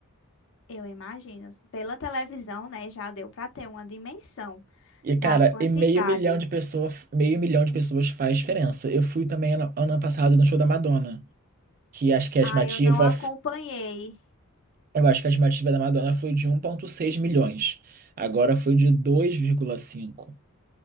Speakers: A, on the left; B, on the right.
A: Eu imagino. Pela televisão, né, já deu para ter uma dimensão
B: E,
A: da
B: cara,
A: quantidade.
B: e meio milhão de pessoas, meio milhão de pessoas faz diferença. Eu fui também ano, ano passado no show da Madonna, que acho que é a
A: Ah,
B: estimativa
A: eu não acompanhei.
B: Eu acho que a estimativa da Madonna foi de um vírgula seis milhões. Agora foi de dois vírgula cinco